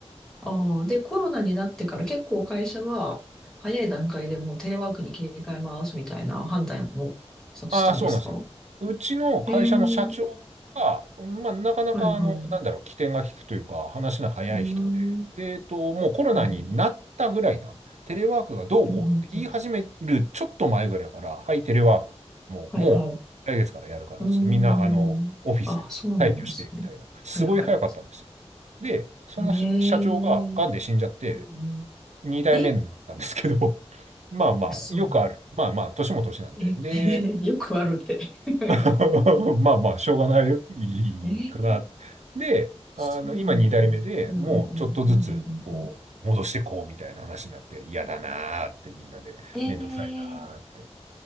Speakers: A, in the centre; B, on the right.
A: ああ、で、コロナになってから結構会社は早い段階でもうテレワークに切り替えますみたいな判断をさしたんですか
B: ああ、そうなんですよ。うちの会社の社長が、
A: へえ、
B: まあ、なかなか、
A: はいはい。
B: あの、
A: う
B: なんだろう、機転が利くというか、話の早い人で、
A: ーん。
B: で、えっと、もうコロナになったぐらいな、
A: うんうん、
B: テレワークがどうこうって言い始めるちょっと前ぐらいから、
A: うんうんうん
B: はい、テレワーク、もう、
A: はいはい。
B: もう、来月からやるからっつって、
A: うーん。
B: みんな、あの、オフィス退去して、
A: あ、そうなんですね。
B: みたいな、すごい早かったんですよ。
A: はいはい。
B: で、その社社長が、
A: ええ、
B: 癌で死んじゃって、
A: うんうん。
B: 二代目になったんですけど、
A: え、
B: <laughs> まあまあ、
A: 嘘。
B: よくある。まあまあ、年も年なんで。
A: え、
B: で、
A: <laughs> よくあるって。<laughs>
B: <laughs> まあまあ、しょうがないよいいかな。
A: えー、
B: で、あの、
A: そうなんだうんうんうんうんうんうん
B: 今2代目でもうちょっとずつ、こう、戻してこうみたいな話になって、嫌だなーってみんなで、
A: うん。えー、
B: めんどくさいなーって。